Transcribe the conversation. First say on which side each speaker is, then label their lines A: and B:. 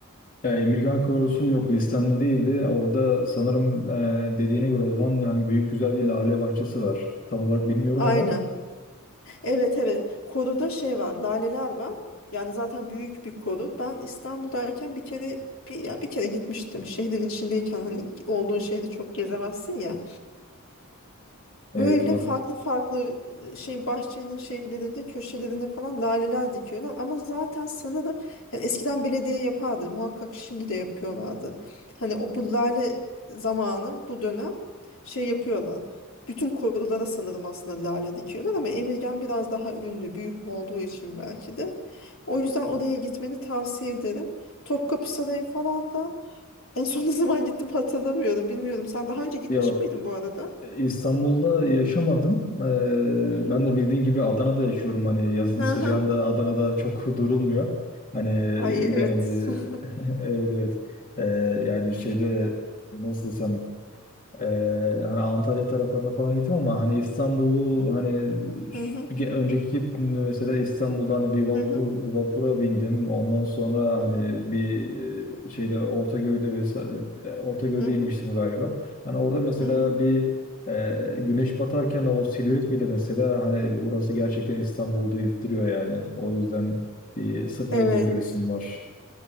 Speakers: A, on the left (about 40°); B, on the left (about 65°).
A: Ya Emirgan Korosu yok listemde değildi. Orada sanırım e, dediğine göre o zaman yani büyük güzel bir lale bahçesi var. Tam olarak bilmiyorum
B: aynen
A: ama
B: evet evet koruda şey var laleler var yani zaten büyük bir koru ben İstanbul'dayken bir kere bir, ya bir kere gitmiştim şehrin içindeyken hani olduğun şehri çok gezemezsin ya.
A: evet
B: Böyle
A: doğru.
B: farklı farklı şey bahçenin şeylerinde köşelerinde falan laleler dikiyorlar ama zaten sanırım yani eskiden belediye yapardı muhakkak şimdi de yapıyorlardı. Hani o bu lale zamanı bu dönem şey yapıyorlar. Bütün korulara sanırım aslında lale dikiyorlar ama Emirgan biraz daha ünlü büyük olduğu için belki de. O yüzden oraya gitmeni tavsiye ederim. Topkapı Sarayı falan da en son ne zaman gittim hatırlamıyorum bilmiyorum. Sen daha önce gitmiş
A: Ya
B: miydin bu arada?
A: e, İstanbul'da yaşamadım. E,
B: Hı hı.
A: ben de bildiğin gibi Adana'da yaşıyorum. Hani yazın
B: Aha.
A: sıcağında Adana'da çok <laughs> durulmuyor. Hani
B: Ay evet.
A: genelde
B: <laughs>
A: <laughs> evet evet E, yani şeyde nasıl desem Ee, hani Antalya taraflarına falan gittim ama hani İstanbul'u hani şu-
B: Hı hı,
A: ge- önceki gittiğimde mesela İstanbul'da hani bir vapur,
B: hı hı,
A: vapura bindim. Ondan sonra
B: hı
A: hani
B: hı,
A: bir e, şeyde Ortaköy'de vesaire Ortaköy'de
B: hı hı,
A: inmiştim galiba. Hani orada mesela
B: hı hı.
A: bir e, güneş batarken o silüet bile mesela hani burası gerçekten İstanbul'da ettiriyor yani. O yüzden bir sırf
B: Evet.
A: o yüzden göresim var.